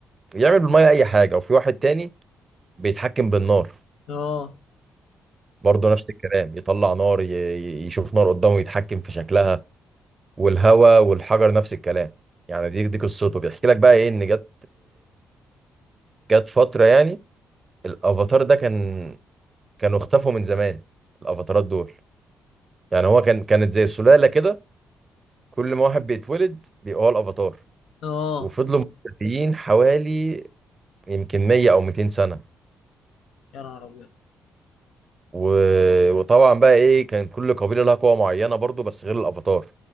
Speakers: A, on the right; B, on the left.
A: يعمل بالميه اي حاجه وفي واحد تاني بيتحكم بالنار
B: اه
A: برضه نفس الكلام يطلع نار ي... ي- يشوف نار قدامه يتحكم في شكلها والهوا والحجر نفس الكلام يعني دي دي قصته بيحكي لك بقى ايه ان جت جت فتره يعني الافاتار ده كان كانوا اختفوا من زمان الافاتارات دول يعني هو كان كانت زي سلاله كده كل ما واحد بيتولد بيبقى هو الافاتار
B: اه
A: وفضلوا مختفيين حوالي يمكن 100 او 200 سنه
B: يا نهار ابيض
A: و... وطبعا بقى ايه كان كل قبيله لها قوه معينه برضو بس غير الافاتار